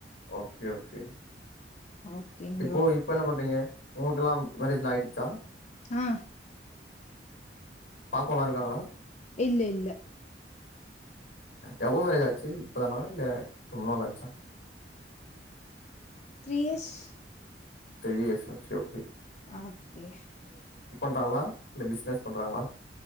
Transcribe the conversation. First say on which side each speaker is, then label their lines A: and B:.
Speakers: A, on the left; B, on the left.
A: ஓகே ஓகே
B: ஓகேங்
A: இப்போ
B: ப்ரோ
A: இப்போ என்ன பண்றீங்க உங்ளுக்கெல்லா மேரேஜ்லா ஆய்டுச்சா
B: ஆ
A: பாப்பாலா இருக்காங்களா
B: இல்ல இல்ல
A: எப்போ மேரேஜ் ஆச்சு இப்பதானா இல்ல ரொம்ப நாள் ஆச்சா
B: த்ரீ இயர்ஸ்
A: த்ரீ இயர்ஸா ஒகே ஓகே
B: ஆக்கே
A: பண்றாங்ளா இல்ல பிஸ்னஸ் பண்றாங்களா